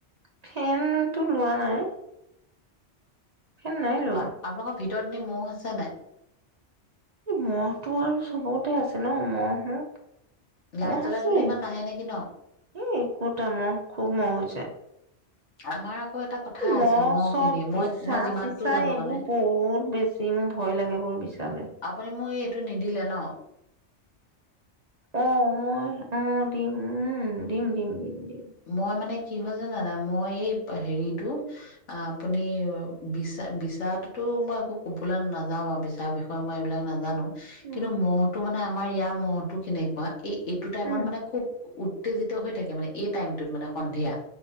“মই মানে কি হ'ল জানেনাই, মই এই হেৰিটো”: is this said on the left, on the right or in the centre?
Left